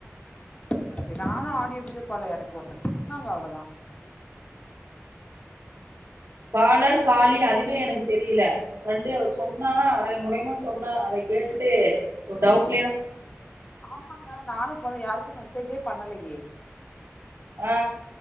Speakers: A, on the left; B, on the right.
A: ஓக்கே ஓக்கே நானு ஆடியோ வீடியோ பாக்லே எனக்கொருத்தங்க சொன்னாங்க அவ்ளதா
B: பாலர் காலி அதுவே எனக்கு தெரியல எ ஃப்ரெண்டு அவ சொன்னா அரைங்குறையுமா சொன்னா அத கேட்டுட்டு ஒரு டவுட்
A: ஆமாக்கா நானு போ யாருக்கு மெசேஜே பண்ணலயே
B: ஆ